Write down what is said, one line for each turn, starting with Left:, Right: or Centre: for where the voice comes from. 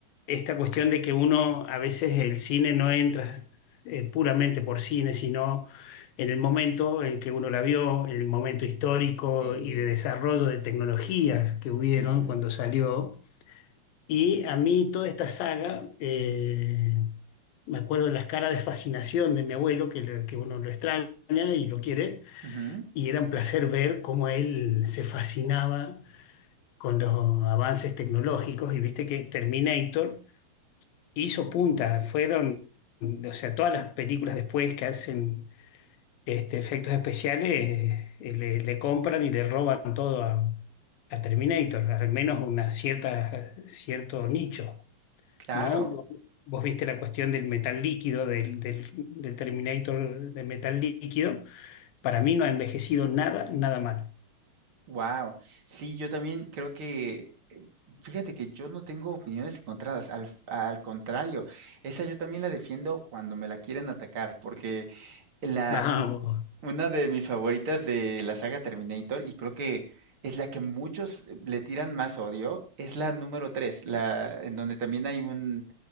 Left: esta cuestión de que uno a veces el cine no entra eh, puramente por cine, sino en el momento en que uno la vio, en el momento histórico
Right: Sí.
Left: y de desarrollo de tecnologías que hubieron
Right: Ujú,
Left: cuando salió? Y a mí toda esta saga, eh, me acuerdo de las caras de fascinación de mi abuelo, que, le- que uno lo extraña y lo quiere,
Right: ujú,
Left: y era un placer ver cómo él se fascinaba con los avances tecnológicos, y viste que Terminator hizo punta, fueron, o sea, todas las películas después que hacen este, efectos especiales eh, le, le compran y le roban todo a, a Terminator, al menos una cierta, cierto nicho,
Right: Claro.
Left: ¿no? Vos, vos viste la cuestión del metal líquido, del, del, del Terminator de metal líquido, para mí no ha envejecido nada, nada mal.
Right: Wow, sí, yo también creo que, eh, fíjate que yo no tengo opiniones encontradas, al, al contrario, esa yo también la defiendo cuando me la quieren atacar, porque la,
Left: Vamos,
Right: mi- una de mis favoritas de la saga Terminator, y creo que es la que muchos le tiran más odio, es la número 3 la, en donde también hay un,